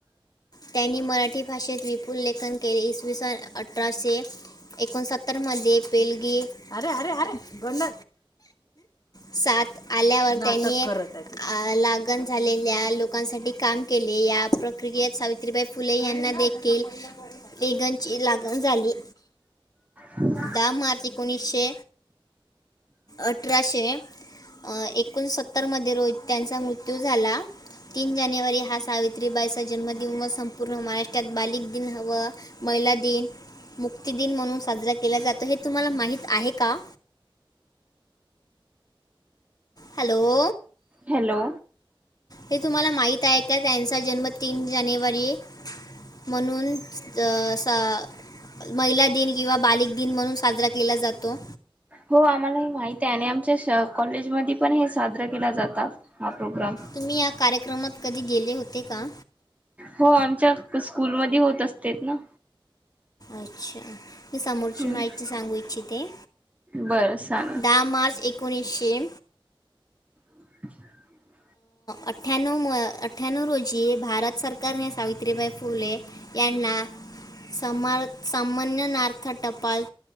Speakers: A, on the left (about 45°); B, on the right (about 15°).
A: त्यांनी मराठी भाषेत विपुल लेखन केले इसवी सन अठराशे एकोणसत्तर मध्ये पेलगी अरे अरे अरे गंड. साथ आल्यावर त्यांनी लागण झालेल्या लोकांसाठी काम केले या प्रक्रियेत सावित्रीबाई फुले यांना देखील तिघांची लगण झाली.
B: हम्.
A: दहा मार्च एकोणीसशे अठराशे. आ एकोणसत्तर मध्ये रोहित त्यांचा मृत्यू झाला. तीन जानेवारी हा सावित्रीबाईचा जन्दिन म संपूर्ण महाराष्ट्रात बालिक दिन हवा. महिला दिन मुक्ती दिन म्हणून साजरा केला जातो हे तुम्हाला माहीत आहे का? हॅलो.
B: हॅलो.
A: हे तुम्हाला माहित आहे का त्यांचा जन्म तीन जानेवारी म्हणून त सा महिला दिन किंवा बालिक दिन म्हणून साजरा केला जातो.
B: हो आम्हाला हे माहित आहे आणि आमच्या कॉलेजमध्ये पण हे साजरा केला जातात. हा प्रोग्रम
A: तुम्ही या कार्यक्रमात कधी गेले होते का?
B: हो आमच्या स्कूलमध्ये होत असते ना.
A: अच्छा. मी समोरची
B: हम्म
A: माहिती सांगू इच्छिते
B: बरं सांगा
A: दहा मार्च एक उणीसशे.
B: अ्.
A: अठ्ठ्याण्णव म अठ्ठ्याण्णव रोजी भारत सरकारने सावित्रीबाई फुले यांना सम समनजन्थ टपाल